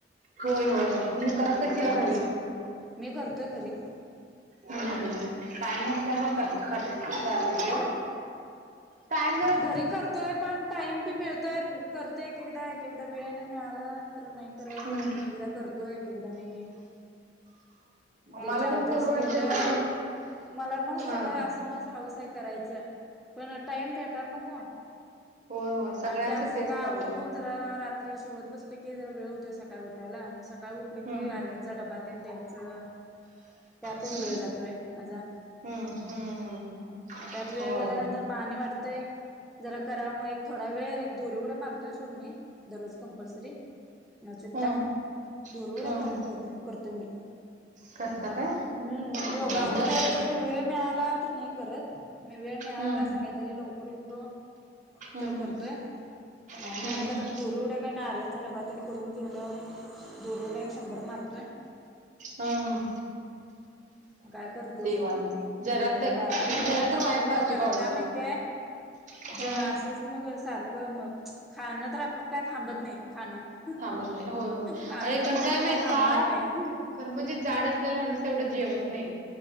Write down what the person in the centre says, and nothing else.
इम्पॉर्टंट
आहे
योगासन
मी करतोय घरी
आं
घरी करतोय पण टाइम पी मिळतोय करतोय एक एकदा एक एकदा वेळ नाही मिळाल. तर नाही करत
एक एकदा करतोय एक एकदा नाही. ते
चार
दिवस
केलं
मला मस्
सगळं असं मस हौस हाय करायची. पण टाइम भेटाला नको.
आणि त्यात सगळं
आवरून
जरा रात्री शिवत बसल की जरा वेळ सकाळी उठायला सकाळी उठल की
आरयचा डबा तेन द्यायचं. त्यातच
वेळ जातोय माझा
मग त्यात
वेळ गेल्यानंतर आणि वाढतंय. जरा करावा मग एक थोडा वेळ एक धुरी उड्या मारतोय सोड मी दररोज कम्पल्सरी न चुकता
दोरुड्या
खेळतोय करतोय मी
हम्म योगासन
काय जरी वेळ मिळाला तर नाही करत. म वेळ मिळाला
सकाळी जरी लवकर उठलो.
तर करतोय
नाही
मिळाला तर दोराउड्या. आर्यनचा डबा तेन करून घेल्यावर दोरिउड्या एक शंभर मारतोय.
काय करतेस
व्यायाम
ए म
<unintelligible>
आहे ग
कारण
का माहित्याय
ज मग सारखं मग खाणं तर आपण काय थांबत नाही खाणं..
खाणं
तर
तोंड
थांबणार
नाही